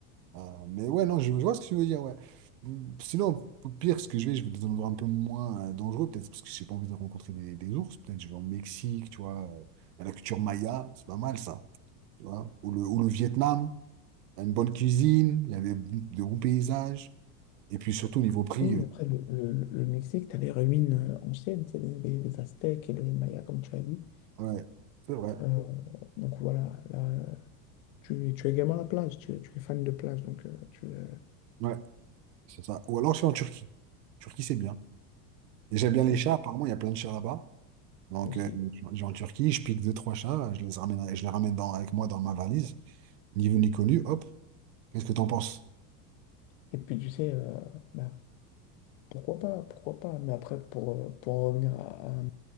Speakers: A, on the right; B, on the left.
A: Euh, mais ouais, non, je, je vois ce que tu veux dire, ouais. Mm, Sinon, au pire, ce que je vais, je vais dans un endroit un peu moins euh, dangereux, peut-être parce que j'ai pas envie de rencontrer des, des ours. Peut-être je vais au Mexique, tu vois, euh, à la culture maya, c'est pas mal ça, tu vois. Ou le, ou le Vietnam, il y a une bonne cuisine, il y a des de bons paysages. Et puis surtout, niveau prix,
B: Oui,
A: euh,
B: après le, le, le Mexique, tu as les ruines euh, anciennes, c'est des, des, des Aztèques et les Mayas, comme tu as dit.
A: ouais, c'est vrai,
B: Euh, donc voilà, là, euh, tu, tu es également à la plage, tu, es tu es fan de plage, donc euh, tu euh,
A: ouais, c'est ça. Ou alors je vais en Turquie. Turquie, c'est bien. Et j'aime bien les
B: ou-
A: chats, apparemment, il y a plein de chats là-bas. Donc,
B: aussi.
A: euh, je vais en Turquie, je pique deux, trois chats, je les ramène, je les ramène dans, avec moi dans ma valise. Niveau ni connu, hop. Qu'est-ce que t'en penses?
B: Et puis tu sais, euh, bah, Pourquoi pas, pourquoi pas. Mais après, pour, euh, pour en revenir à- à-